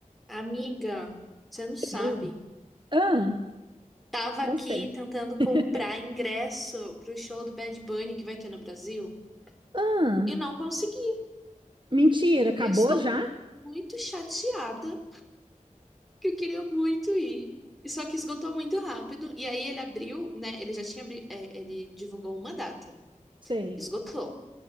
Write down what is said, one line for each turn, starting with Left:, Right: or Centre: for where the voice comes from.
Centre: Amiga, você não sabe.
Right: Eu? Ah,
Centre: Tava
Right: não
Centre: aqui
Right: sei.
Centre: tentando
Right: <laughs>
Centre: comprar ingresso pro show do Bad Bunny que vai ter no Brasil
Right: Ah,
Centre: e não consegui.
Right: mentira, acabou
Centre: Eu estou
Right: já?
Centre: muito chateada que eu queria muito ir. E só que esgotou muito rápido. E aí ele abriu, né? Ele já tinha, abri- é, ele divulgou uma data.
Right: Sei.
Centre: Esgotou.